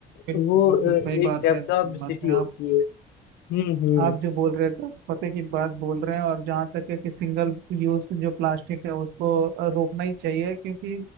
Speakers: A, on the right; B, on the left.
A: बिल्कुल
B: वो
A: बिल्कुल
B: अ,
A: सही
B: एक
A: बात
B: डेवलप्ड
A: है सही
B: सिटी
A: बात है
B: होती
A: आप
B: है हम्म हम्म
A: आप जो बोल रहे थे पते की बात बोल रहे हैं और जहाँ तक है कि सिंगल यूज जो प्लास्टिक है उसको अ, रोकना ही चाहिए क्योंकि